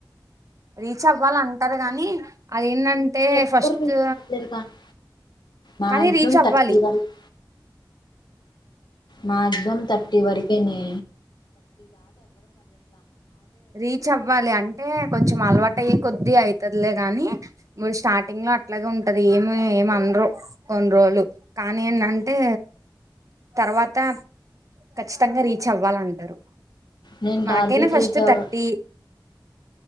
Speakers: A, on the right; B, on the left.
A: రీచ్ అవ్వాల అంటారు కానీ అది ఎన్నంటే
B: ఎవ్వరు
A: ఫస్ట్
B: రీచ్ అవ్వట్లేదు కానీ మాక్సిమం
A: కానీ రీచ్ అవ్వాలి
B: థర్టీ వరకు మాగం తట్టి వర నే
A: రీచ్ అవ్వాలి అంటే కొంచం కొంచెం అలవాటు అయ్యి కొద్ది అవుతుదిలే కాని స్టార్టింగ్ లో అట్లాగే ఉంటంది ఏమి ఏమనరు కొన్ని రోజులు కానీ ఏంటంటే తర్వాత ఖచ్చితంగా రీచ్ అవ్వాలంటారు
B: నేను
A: మాకైనా
B: టార్గెట్
A: ఫస్ట్
B: రీచ్ అవ్వ
A: తథర్టీటి